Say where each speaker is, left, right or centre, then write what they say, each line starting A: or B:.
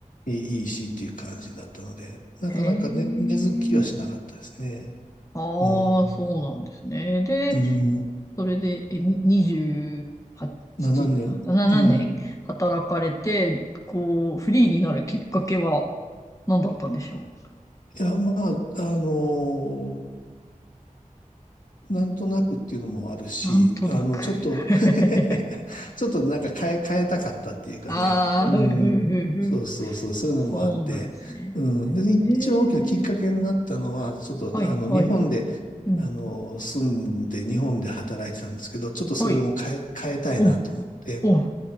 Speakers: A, on the left; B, on the left.
A: いい、いいしっていう感じだったので、なかなかね、
B: へえ。
A: 根付きはしなかったですね。
B: ああ、
A: う
B: そうなんですね。
A: ん、
B: で、
A: うん、
B: それで、え、に28、
A: 7年、
B: 7年働かれて、
A: うん。い
B: こう、フリーになるきっかけは何だったんでしょ
A: や、まあ、あのなんとなくっていうのもあるし、
B: う。なんとなく。
A: あの、ちょっと
B: <laughs>
A: <laughs> ちょっとなんか変え、変えたかったっていうかね。
B: ああ、
A: うん。
B: ふふふ
A: そうそうそう、
B: ふ。
A: そういうのもあって。
B: そうなんですね。
A: うん。で、一番大きなきっかけになったのは、
B: ええ、
A: ちょっと、
B: はいはい。
A: あの、日本で、
B: うん。
A: あの、住んで、日本で働いてたんですけど、ちょっとそれも変え、
B: はい。
A: 変えたいなと思って。
B: お、お、は